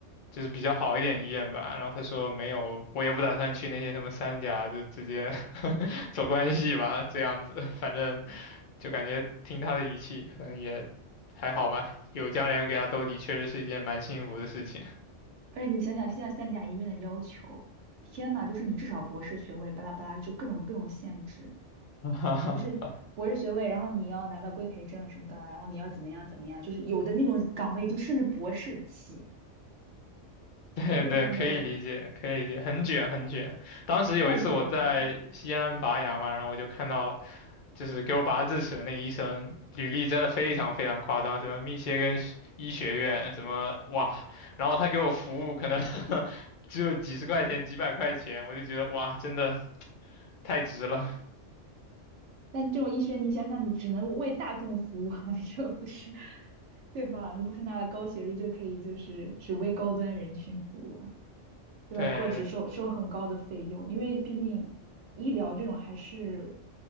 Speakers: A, on the left; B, on the right.
A: 就是比较好一点医院吧？然后他说没有，我也不打算去那些什么三甲，就直接 <laughs> 走关系吧，这样子，反正就感觉听他的语气可能也还好吧，有家里人给他兜底，确实是一件蛮幸福的事情。
B: 而且你想想现在三甲医院的要求，天呐，就是你至少博士学位，巴拉巴拉，就各种各种限制，
A: <laughs> 哈哈，
B: 就是博士学位，然后你要拿到规培证什么的，然后你要怎么样怎么样，就是有的那种岗位就甚至博士起，
A: <laughs> 对对，
B: 就非常的
A: 可以理解，可以理解，很卷很卷。当时有一次我在西安拔牙嘛，
B: 太卷了。
A: 然后我就看到，就是给我拔智齿的那医生，履历真的非常非常夸张，什么密歇根学医学院，什么哇，然后他给我服务可能 <laughs> 只有几十块钱、几百块钱，我就觉得哇，真的太值了。<laughs>
B: 但这种医学，你想想，你只能为大众服务啊，<laughs> 你说不是，对吧？你不是拿了高学历就可以，就是只为高端人群服务。对吧？
A: 对
B: 或者收收很高的费用，因为毕竟医疗这种还是